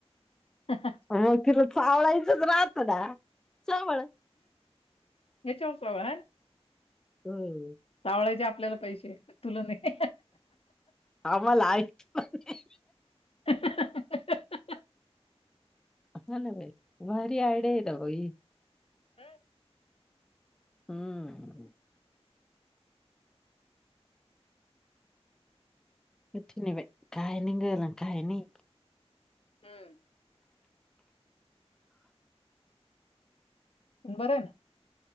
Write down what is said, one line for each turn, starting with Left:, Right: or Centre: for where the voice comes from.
Left: ह <unintelligible>
Centre: हा खरं चावळायचंच राहत ना, चावळ
Left: हेच्या वर सोहळा हाय.
Centre: होय
Left: सावळाचे आपल्याला पैसे तुला नाही.
Centre: आमाला हाईक
Left: ह <unintelligible>
Centre: हा ना बाई, भारी आयड आहेेत बाई.
Left: ह
Centre: हम्म कठीण हाय बाई, काय निगल आणि काय नई.
Left: हम्म पण बरं ना.